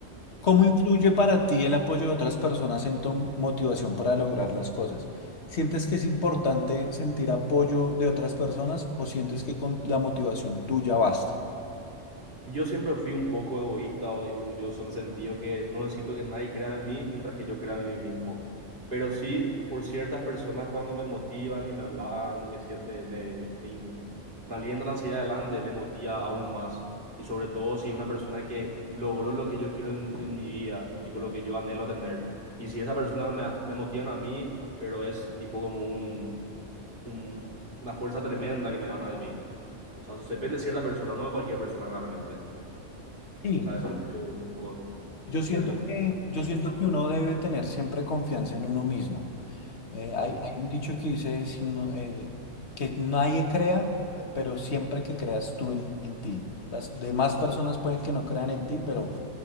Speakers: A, on the left; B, on the right.
A: ¿Cómo influye para ti el apoyo de otras personas en tu motivación para lograr las cosas? ¿Sientes que es importante sentir apoyo de otras personas o sientes que con la motivación tuya basta?
B: Y yo siempre fui un poco egoísta o orgulloso en el sentido que no necesito que nadie crea en mí mientras que yo crea en mí mismo. Pero sí, por ciertas personas cuando me motivan y me hablan y me, sie- me, me, me me alientan a seguir adelante, me motiva aún más. Y sobre todo si es una persona que logró lo que yo quiero en, en mi vida, tipo lo que yo anhelo tener. Y si esa persona me, me motiva a mí, pero es tipo como un, un- una fuerza tremenda que me dan a mí. O sea, depende de cierta persona, no de cualquier persona realmente.
A: Sí,
B: O sea, eso es lo que yo busco.
A: yo
B: Sí,
A: siento
B: alimentar.
A: que, yo siento que uno debe tener siempre confianza en uno mismo. Eh,
B: Sí,
A: hay, hay un dicho que dice si no, eh, que nadie crea, pe- pero siempre que creas tú en, en ti. Las demás personas pueden que no crean en ti, pero